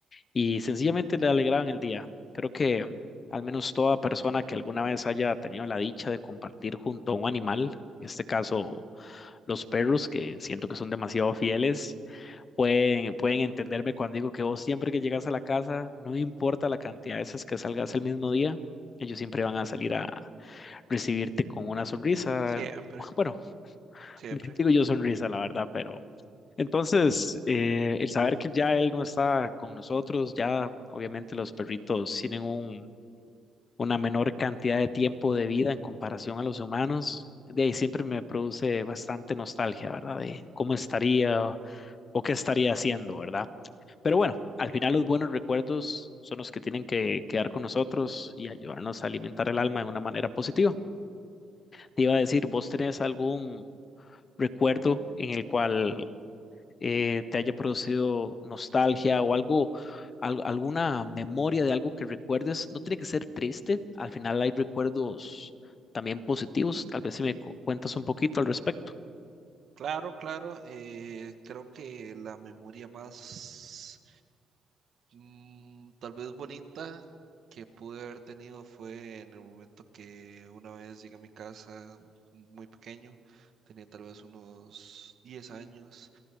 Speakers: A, on the left; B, on the right.
A: y sencillamente le alegraban el día. Creo que al menos toda persona que alguna vez haya tenido la dicha de compartir junto a un animal, en este caso los perros, que siento que son demasiado fieles, pueden, pueden entenderme cuando digo que vos siempre que llegas a la casa, no importa la cantidad de veces que salgas el mismo día, ellos siempre van a salir a recibirte con una sonrisa.
B: Siempre,
A: <laughs> Bueno,
B: siempre.
A: digo yo sonrisa, la verdad, pero entonces eh, el saber que ya él no está con nosotros, ya obviamente los perritos tienen un, una menor cantidad de tiempo de vida en comparación a los humanos, de ahí siempre me produce bastante nostalgia, ¿verdad? De cómo estaría o, qué estaría haciendo, ¿verdad? Pero bueno, al final los buenos recuerdos son los que tienen que quedar con nosotros y ayudarnos a alimentar el alma de una manera positiva. Te iba a decir, ¿vos tenés algún recuerdo en el cual eh, te haya producido nostalgia o algo, al- alguna memoria de algo que recuerdes. No tiene que ser triste, al final hay recuerdos también positivos. Tal vez si me cu- cuentas un poquito al respecto.
B: Claro, claro. eh, creo que la memoria más Mm, tal vez bonita que pude haber tenido fue en el momento que una vez llegué a mi casa muy pequeño, tenía tal vez unos 10 años